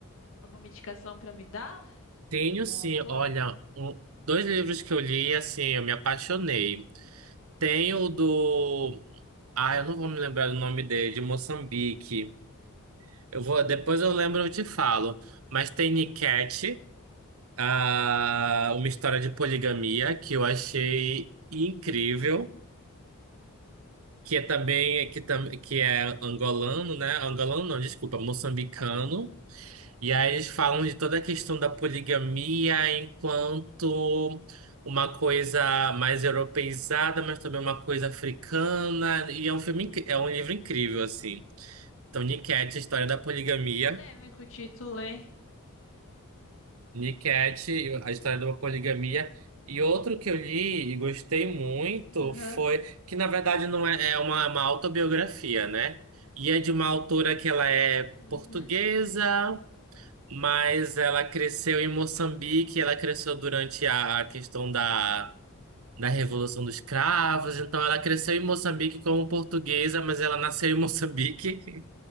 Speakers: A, on the left; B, on the right.
A: alguma indicação para me dar
B: Tenho
A: de algum
B: sim,
A: autor.
B: olha, um- dois livros que eu li, assim, eu me apaixonei. Tem o do Ah, eu não vou me lembrar do nome dele, de Moçambique. Eu vou, depois eu lembro, eu te falo. Mas tem Niket, ah, uma história de poligamia que eu achei incrível, que é também que, tam- que é angolano, né? Angolano não, desculpa, moçambicano. E aí eles falam de toda a questão da
A: Uhum.
B: poligamia enquanto uma coisa mais europeizada, mas também uma coisa africana. E é um filme, incri- é um livro incrível, assim. Então, Niket, a história da poligamia.
A: Polêmico o título, hein?
B: Niket, a história da poligamia. E outro que eu li e gostei muito
A: Aham.
B: foi que, na verdade, não é, é uma, uma autobiografia, né? E é de uma autora que ela é
A: Uhum.
B: portuguesa, mas ela cresceu em Moçambique, ela cresceu durante a, a questão da, da Revolução dos Cravos, então ela cresceu em Moçambique como portuguesa, mas ela nasceu em Moçambique.